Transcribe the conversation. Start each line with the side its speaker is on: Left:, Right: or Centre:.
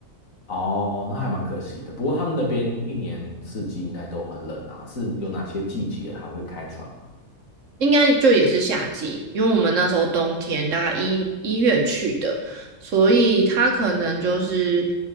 Left: 哦，那还蛮可惜的。不过他们那边一年四季应该都很冷啊，是有哪些季节还会开船吗？
Right: 应该就也是夏季，因为我们那时候冬天大概一一月去的，所以它可能就是，